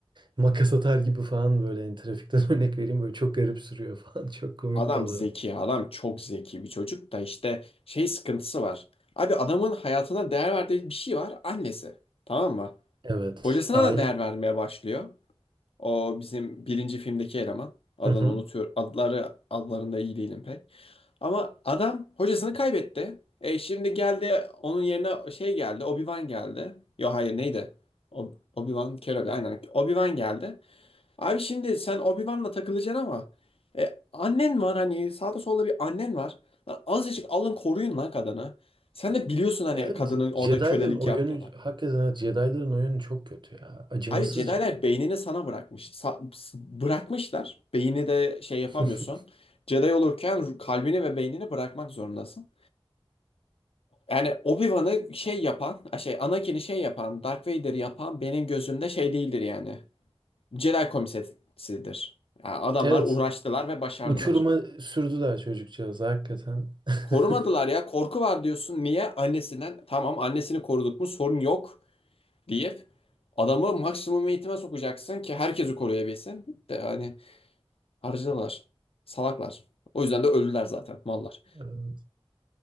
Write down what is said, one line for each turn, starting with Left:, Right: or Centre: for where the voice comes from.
Right: makas atar gibi falan böyle yani trafikten <laughs> örnek vereyim böyle çok garip sürüyor falan. <laughs> Çok komik
Left: Adam
Right: de oluyorlar.
Left: zeki, adam çok zeki bir çocuk da işte şey sıkıntısı var. Abi adamın hayatına değer verdiği bir şey var, annesi. Tamam mı?
Right: Evet.
Left: Hocasına
Right: Aile.
Left: da değer vermeye başlıyor. O bizim birinci filmdeki eleman. Adını
Right: Hı hı.
Left: unutuyor. Adları adlarında iyi değilim pek. Ama adam hocasını kaybetti. E şimdi geldi onun yerine şey geldi. Obi-Wan geldi. Yo hayır neydi? Ob- Obi-Wan Kenobi aynen. Obi-Wan geldi. Abi şimdi sen Obi-Wan'la takılacaksın ama e, annen var hani sağda solda bir annen var. Lan azıcık alın koruyun lan kadını. Sen de biliyorsun hani
Right: Evet,
Left: kadının orada
Right: Jedi'ların
Left: kölelik
Right: o
Left: yaptığını.
Right: yönü hakikaten evet, Jedi'ların o yönü çok kötü ya. Acımasızca.
Left: Abi Jedi'ler beynini sana bırakmış. Sa- s- bırakmışlar. Beyni de şey yapamıyorsun.
Right: <laughs>
Left: Jedi olurken kalbini ve beynini bırakmak zorundasın. Yani Obi-Wan'ı şey yapan, a, şey Anakin'i şey yapan, Darth Vader yapan benim gözümde şey değildir yani. Jedi komiserisidir. Yani adamlar
Right: Evet.
Left: uğraştılar ve başardılar.
Right: Uçuruma sürdüler çocukcağız hakikaten.
Left: Korumadılar
Right: <laughs>
Left: ya. Korku var diyorsun. Niye? Annesinden. Tamam annesini koruduk mu sorun yok deyip adamı maksimum eğitime sokacaksın ki herkesi koruyabilsin. De yani harcadılar. Salaklar. O yüzden de öldüler zaten mallar.
Right: Evet.